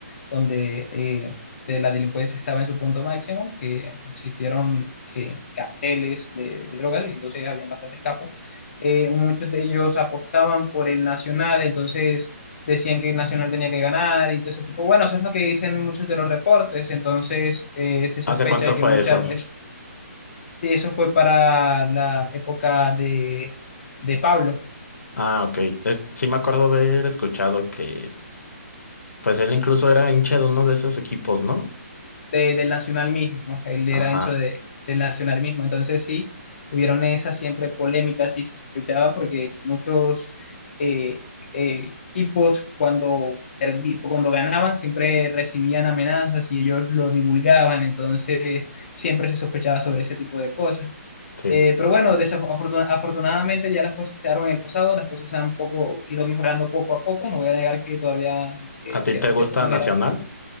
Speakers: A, on the left (about 50°); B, on the left (about 75°).
A: donde eh, eh, la delincuencia estaba en su punto máximo, que existieron eh, carteles de, de drogas y entonces habían bastantes capos. Eh, muchos de ellos apostaban por el Nacional, entonces decían que el Nacional tenía que ganar y todo ese tipo. Bueno, eso es lo que dicen muchos de los reportes, entonces eh, se sospecha
B: ¿Hace cuánto
A: de
B: fue
A: que muchas
B: eso?
A: veces sí, eso fue para la época de, de Pablo.
B: Ah, ok. Es- sí me acuerdo haber escuchado que, pues él incluso era hincha de uno de esos equipos, ¿no?
A: de- del Nacional mismo, él
B: Ajá,
A: era ancho de, del Nacional mismo, entonces sí, hubieron esas siempre polémicas y se sospechaba porque muchos eh, eh, equipos cuando, perdi- cuando ganaban siempre recibían amenazas y ellos lo divulgaban, entonces siempre se sospechaba sobre ese tipo de cosas.
B: sí.
A: Eh, pero bueno, desaf- afortuna- afortunadamente ya las cosas quedaron en el pasado, las cosas han poco, ido mejorando poco a poco, no voy a negar que todavía, eh,
B: ¿A
A: de
B: ti te gusta
A: cierta manera,
B: Nacional?